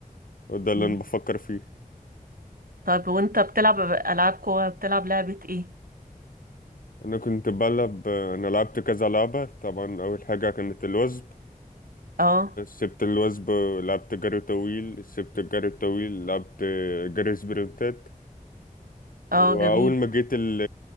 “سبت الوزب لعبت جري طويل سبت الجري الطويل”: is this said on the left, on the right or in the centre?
Left